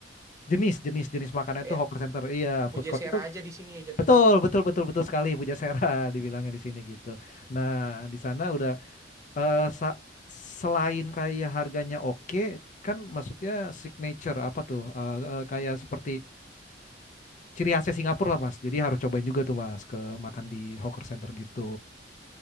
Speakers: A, on the left; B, on the right.
A: Jenis jenis jenis
B: <laughs>
A: makanan
B: Kayak
A: itu hawker center. Iya,
B: Pujasera
A: food court itu
B: aja di sini ya jatuhnya
A: Betul,
B: ya.
A: betul, betul, betul sekali Pujasera <laughs> dibilangnya di sini gitu. Nah, di sana udah eh, sa- selain kayak harganya oke, kan maksudnya signature apa tuh? Eh, eh, kayak seperti ciri khasnya Singapura lah Mas. Jadi harus cobain juga tuh Mas ke makan di hawker center gitu.